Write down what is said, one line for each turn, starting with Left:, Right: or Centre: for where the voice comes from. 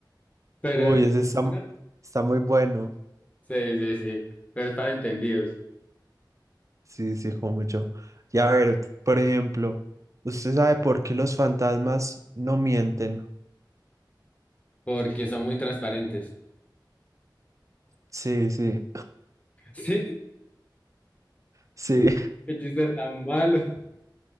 Left: pero...
Right: uy, ese está, mu-
Left: ¿no?
Right: está muy bueno.
Left: Sí, sí, sí, pero es para entendidos,
Right: Sí, sí, como yo. Y a ver, por ejemplo, ¿usted sabe por qué los fantasmas no mienten?
Left: porque son muy transparentes.
Right: Sí, sí,
Left: <laughs> Sí,
Right: sí.
Left: el chiste tan malo,